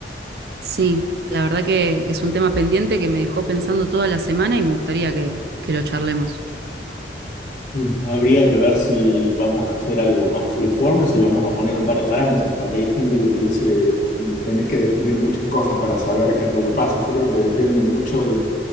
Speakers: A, on the right; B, on the left.
A: Sí, la verdad que es un tema pendiente que me dejó pensando toda la semana y me gustaría que, que lo charlemos.
B: Mm. Habría que ver si vamos a hacer algo más freeform, si vamos a poner un par de parámetros, porque hay gente que te dice, Tenés que definir muchas cosas para saber qué es lo que pasa. Yo creo que depende mucho